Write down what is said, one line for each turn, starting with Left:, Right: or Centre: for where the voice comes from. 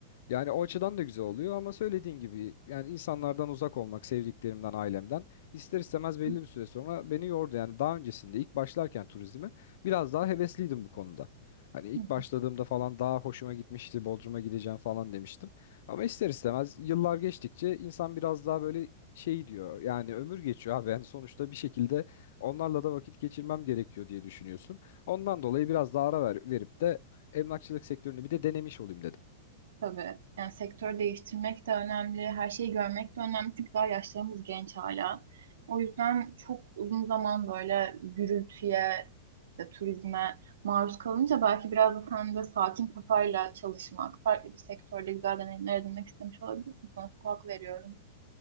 Left: Yani o açıdan da güzel oluyor ama söylediğin gibi yani insanlardan uzak olmak, sevdiklerimden, ailemden ister istemez belli
Right: Hı
Left: bir süre sonra beni yordu. Yani daha öncesinde ilk başlarken turizme biraz daha hevesliydim bu konuda. Hani ilk
Right: hı.
Left: başladığımda falan daha hoşuma gitmişti, Bodrum'a gideceğim falan demiştim. Ama ister istemez yıllar geçtikçe insan biraz daha böyle şey diyor. Yani ömür geçiyor abi. Yani sonuçta bir şekilde onlarla da vakit geçirmem gerekiyor diye düşünüyorsun. Ondan dolayı biraz daha ara ver, verip de emlakçılık sektörünü bir de denemiş olayım dedim.
Right: Tabii. Yani sektör değiştirmek de önemli, her şeyi görmek de önemli. Çünkü daha yaşlarımız genç hala. O yüzden çok uzun zaman böyle gürültüye, işte turizme maruz kalınca belki biraz da sen de sakin kafayla çalışmak, farklı bir sektörde güzel deneyimler edinmek istemiş olabilirsin. Sana çok hak veriyorum.